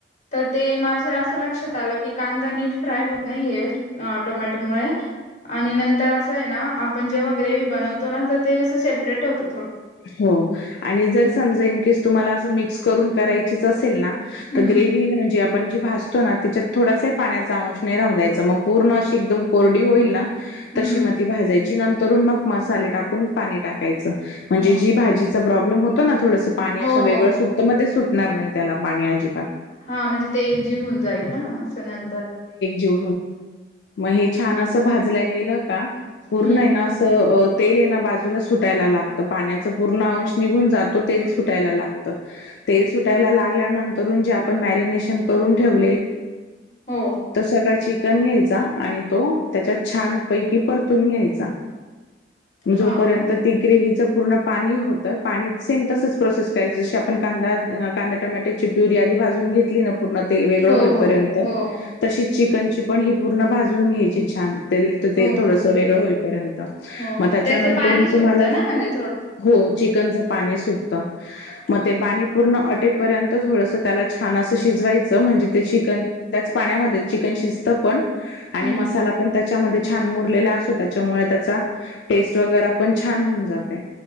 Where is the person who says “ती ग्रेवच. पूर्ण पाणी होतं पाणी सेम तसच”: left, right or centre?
Left